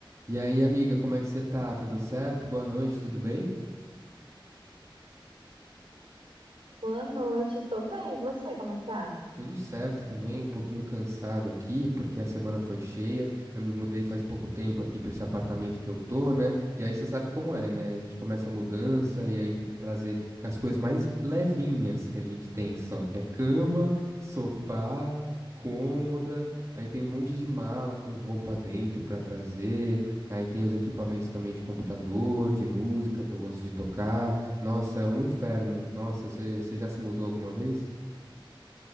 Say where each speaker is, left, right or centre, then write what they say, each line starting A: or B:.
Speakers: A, on the right (about 35°); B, on the right (about 85°).
A: E aí, amiga, como é que você tá? Tudo certo? Boa noite, tudo bem?
B: Boa noite, tô bem. E você, como é que tá?
A: Tudo certo também, um pouquinho cansado aqui, porque a semana foi cheia. Eu me mudei faz pouco tempo aqui para esse apartamento que eu tô, né? E aí você sabe como é, né? A gente começa a mudança e aí tem que trazer as coisas mais levinhas que a gente tem só, que é cama, sofá, cômoda. Aí tem um monte de mala com roupa dentro para trazer. Aí tem os equipamentos também de computador, de música que eu gosto de tocar. Nossa, é um inferno. Nossa, você você já se mudou alguma vez?